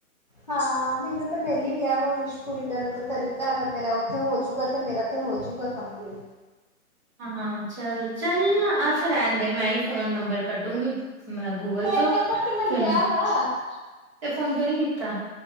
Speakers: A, on the left; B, on the right.
A: ਹਾਂ ਮੈਨੂੰ ਤਾਂ ਮਿਲ ਹੀ ਗਿਆ ਵਾ ਵਿਸ਼ ਪੂਰੀ ਕਰਨ ਦਾ ਤਰੀਕਾ ਅਗਰ ਮੇਰਾ ਉੱਥੇ ਹੋਜੂਗਾ ਤੇ ਮੇਰਾ ਤੇ ਹੋ ਜੂਗਾ ਕੰਪਲੀਟ।
B: ਹਾਂ ਚੱਲ -ਚੱਲ ਅੱਛਾ ਰਹਿਣ ਦੇ ਮੈਂ ਹੀ ਫੋਨ ਨੰਬਰ ਕੱਢੂੰਗੀ। ਗੂਗਲ
A: ਫੋਨ
B: ਚੋਂ
A: ਨੰਬਰ ਤੇ
B: ਫਿਰ
A: ਲਿਆ
B: ਮੈਂ <unintelligible>
A: ਵਾ
B: ਫੋਨ ਕਿਓ ਨੀ ਕੀਤਾ।